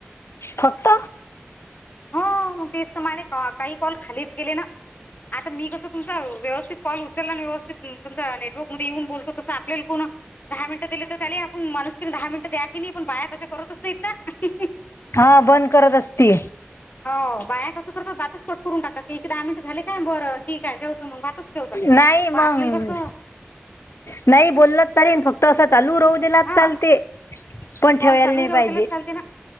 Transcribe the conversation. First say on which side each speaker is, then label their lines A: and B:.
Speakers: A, on the left; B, on the left.
A: फक्त.
B: हो तेच तर माला काही कॉल खालीच गेले ना. आता मी कसं तुमचा व्यवस्थित कॉल उचलला आणि व्यवस्थित तुम नेटवर्क मध्ये येऊन बोलतो. तसं आपल्याला कोण दहा मिनिटं दिले तर ले आपण माणुसकन दहा मिनिटं द्या की नाही पण बाया तशा करतच नाहीत ना.
A: हा बंद करत असती.
B: हो बाया कसं करतात भातच कट करून टकतात. तीने दहा मिनट झाले काय बरं ठीक आहे ठेवतो मग भातच ठेवतात
A: नाही
B: मग
A: मंग
B: आपल्याला कसं
A: नाही बोल चालेल फक्त असं चालू राहू
B: हा
A: चालते पण
B: कॉल
A: ठेवायला
B: चालूही
A: नाही
B: राहू
A: पाहिजे.
B: त्यालाच चालते ना